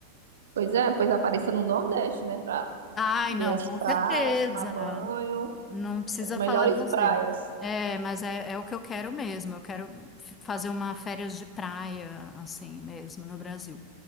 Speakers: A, on the right (about 65°); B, on the left (about 20°).
A: Pois é, pois apareça no Nordeste, né? Pra
B: Ai,
A: ver
B: não,
A: as
B: com
A: praias,
B: certeza.
A: tomar banho,
B: Não precisa
A: as melhores
B: falar duas
A: praias.
B: vezes. É, mas é, é o que eu quero mesmo. Eu quero f- fazer uma férias de praia, assim mesmo, no Brasil.